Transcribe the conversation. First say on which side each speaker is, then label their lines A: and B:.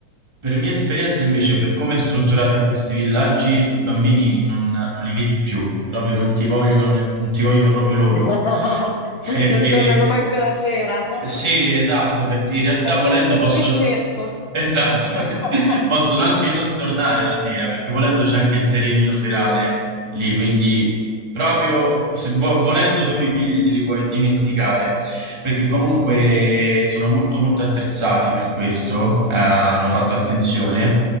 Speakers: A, on the right; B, on the left.
A: per mia esperienza invece, per come è strutturata in questi villaggi, i bambini non, non li vedi più, proprio non ti vogliono, ne- non ti vogliono proprio loro.
B: <laughs>
A: <laughs> Perché
B: non tornano manco la sera, <laughs>
A: sì, esatto, perché in realtà
B: è
A: volendo
B: que- è quello
A: possono,
B: che cerco.
A: esatto,
B: <laughs>
A: <laughs> possono anche non tornare la sera, perché volendo c'è anche il serenino serale lì, quindi Proprio se vo- volendo tu i figli te li puoi dimenticare, perché comunque sono molto molto attrezzati per questo, eh, hanno fatto attenzione